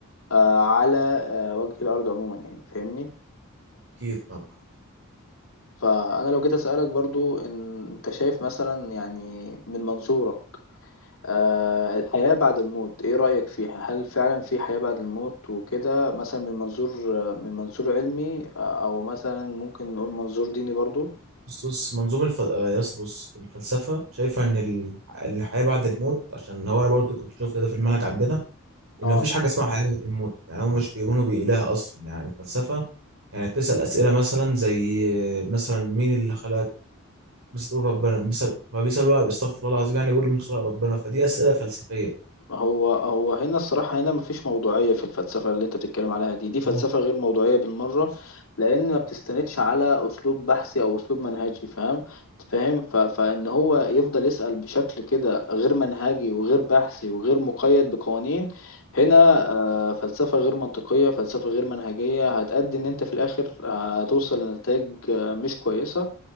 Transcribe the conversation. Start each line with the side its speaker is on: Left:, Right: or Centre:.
Left: آه، على آه، وجه الأرض عموما يعني فاهمني
Right: أكيد طبعا
Left: فأنا لو جيت أسألك برضو إن أنت شايف مثلا يعني من منظورك آه، الحياة بعد الموت إيه رأيك فيها؟ هل فعلا في حياة بعد الموت وكده مثلا من منظور من منظور علمي آه، أو مثلا ممكن نقول منظور ديني برضو؟
Right: بص بص منظومة الف... آه، يا اسطى بص الفلسفة شايفة إن ال... إن الحياة بعد الموت عشان هو أنا برضه كنت شفت ده في المنهج عندنا إن
Left: آه.
Right: مفيش حاجة اسمها حياة بعد الموت يعني هم مش بيؤمنوا بإله أصلا يعني الفلسفة يعني بتسأل أسئلة مثلا زي آه، مثلا مين اللي خلق بس تقول ربنا بيسأل فبيسأل بقى بيستغفر الله العظيم يعني بيقول من خلق ربنا فدي أسئلة فلسفية
Left: هو هو هنا الصراحة هنا مفيش موضوعية في الفلسفة اللي انت بتتكلم عليها دي دي فلسفة
Right: بالظبط.
Left: غير موضوعية بالمرة لأن ما بتستندش على أسلوب بحثي أو أسلوب منهجي فاهم فاهم ف... فإن هو يفضل يسأل بشكل كده غير منهجي وغير بحثي وغير مقيد بقوانين هنا آه، فلسفة غير منطقية فلسفة غير منهجية هتأدي إن انت في الآخر هتوصل لنتائج آه، مش كويسة